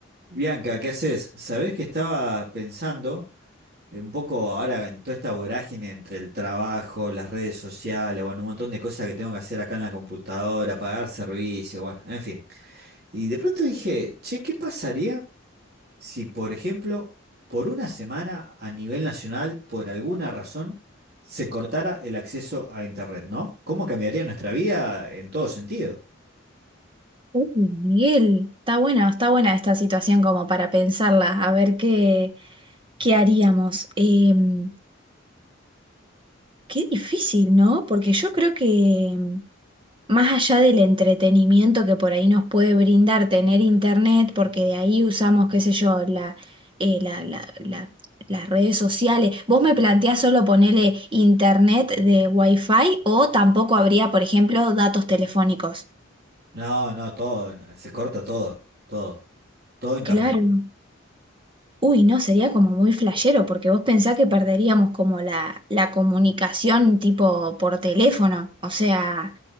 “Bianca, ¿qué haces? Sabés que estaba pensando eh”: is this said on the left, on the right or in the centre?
Right